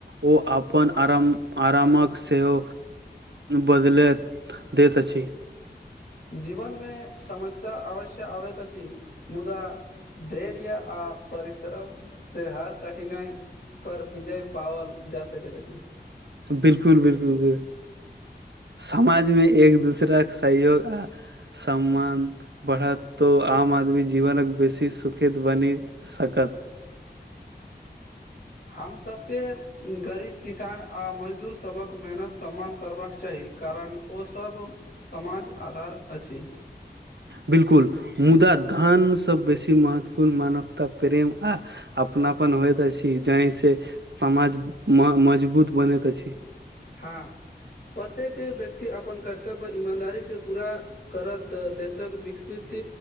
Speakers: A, on the right; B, on the left.
A: ओ आपन आराम आरामक सेहो बदलैत देत अछि
B: जीवन में समस्या अवश्य आबैत अछि मुदा धैर्य आ परिश्रम से हर कठिनाइ पर विजय पओल जा सकेै अछि
A: बिल्कुल बिल्कुल बि समाज में एक दूसराके सहयोग आ सम्मान बढ़त तो आम आदमी जीवनक बेसी सुखेद बनी सकत
B: हमसभके गरीब किसान आ मजदूर सबक मेहनत सम्मान करबाक चाही कारण ओसभ समाज आधार अछि
A: बिल्कुल मुदा धान सब बेसी महत्वपूर्ण मानवता प्रेम आ अपनापन होइत अछि जहिसँ समाज मजबूत बनैत अछि
B: हँ प्रत्येक व्यक्ति अपन कर्तव्य ईमानदारी से पूरा करत देशक विकसित